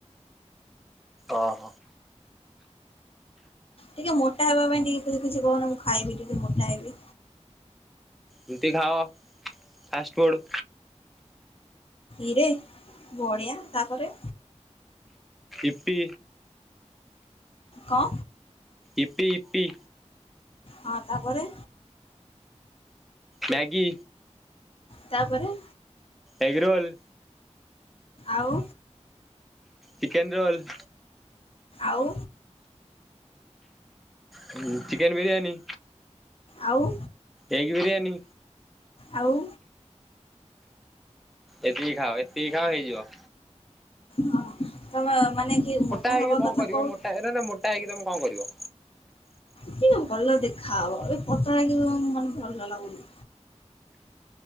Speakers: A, in the centre; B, on the left.
A: ଅହ।
B: ଟିକେ ମୋଟ ହେବା ପାଇଁ ଟିକେ କିଛି କିଛି କହୁନ ମୁଁ ଖାଇବି ଟିକେ ମୋଟା ହେବି?
A: ରୁଟି ଖାଅ ଫାଷ୍ଟଫୁଡ଼୍।
B: ଇରେ ବଢିଆ ତାପରେ
A: ଇପି
B: ଙ୍କ
A: ଇପି ଇପି।
B: ହଁ ତାପରେ?
A: ମ୍ୟାଗି
B: ତାପରେ?
A: Egg roll.
B: ଆଉ
A: ଚିକେନ୍ ରୋଲ୍।
B: ଆଉ
A: ହଁ ଚିକେନ ବିରିୟାନୀ।
B: ଆଉ
A: ଏଗ ବିରିୟାନୀ
B: ଆଉ?
A: ଏତିକି ଖାଅ ଏତିକି ଖାଅ ହେଇଯିବ।
B: ହଁ ତମ ମାନେ କି ମୋଟା
A: ହେଇକି
B: ହବା
A: କଣ
B: କଥା
A: କରିବ
B: କହୁ
A: ମୋଟା ନା ନା ମୋଟା ହେଇକି ତମେ କଣ କରିବ?
B: ଟିକେ ଭଲ ଦେଖା ହବ ଏଇ ପତଳା ହେଇକି କଣ ମାନେ ଭଲ ଲାଗୁନି।